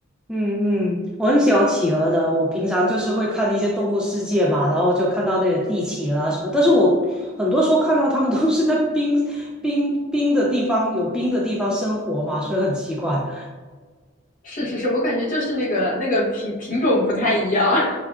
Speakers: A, in the centre; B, on the left (about 40°).
A: 嗯嗯，我很喜欢企鹅的。我平常就是会看一些《动物世界》嘛，然后就看到那个帝企鹅啊什么。但是我很多时候看到它们都是在冰冰冰的地方，有冰的地方生活嘛，所以很奇怪。
B: 是是是，我感觉就是那个那个品品种不太一样。